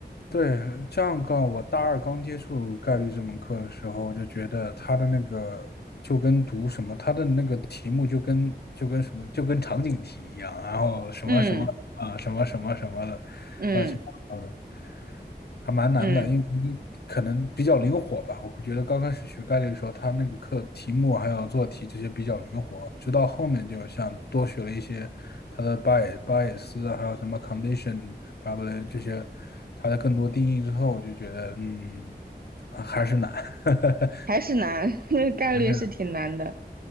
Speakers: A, on the left; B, on the right.
A: 对，这样告我大二刚接触概率这门课的时候，我就觉得它的那个就跟读什么，它的那个题目就跟就跟什么就跟场景题一样，然后什么什么啊什么什么什么的，
B: 嗯嗯
A: 乱七八糟的。还蛮难的，
B: 嗯，
A: 因为可能比较灵活吧。我觉得刚开始学概率的时候，他那个课题目还有做题这些比较灵活，直到后面就像多学了一些它的 bias、bias 啊还有什么 condition、probably 这些它的更多定义之后，我就觉得嗯，还是难，<laughs>
B: 还是难，<laughs> 概率是挺难的。
A: 还是难。<laughs>